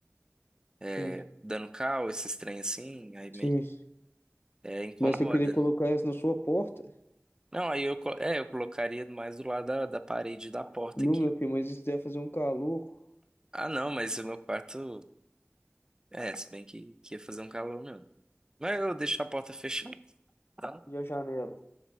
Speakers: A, on the right (about 15°); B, on the left (about 55°).
A: é,
B: Sim,
A: dando cal, esses trem assim, aí meio
B: sim.
A: é, incomoda.
B: Mas eu queria colocar isso na sua porta?
A: Não, aí eu, co- é, eu colocaria mais do lado da, da parede da porta
B: Não,
A: aqui.
B: meu filho, mas isso deve fazer um calor.
A: Ah, não, mas o meu quarto, é, se bem que, que ia fazer um calor mesmo. Mas eu deixo a porta fechada, tá?
B: E a janela?